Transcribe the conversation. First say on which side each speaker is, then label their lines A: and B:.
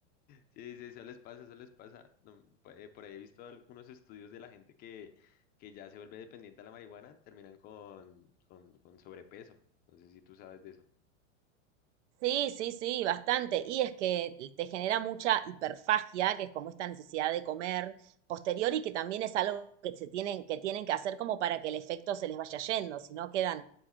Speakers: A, on the left (about 25°); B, on the right (about 70°).
A: Sí, sí, eso les pasa, eso les pasa. No, pu- eh, por ahí he visto algunos estudios de la gente que, que ya se vuelve dependiente a la marihuana, terminan con, con, con sobrepeso. No sé si tú sabes de eso.
B: Sí, sí, sí, bastante. Y es que te genera mucha hiperfagia, que es como esta necesidad de comer posterior y que también es algo que se tienen, que tienen que hacer como para que el efecto se les vaya yendo, si no quedan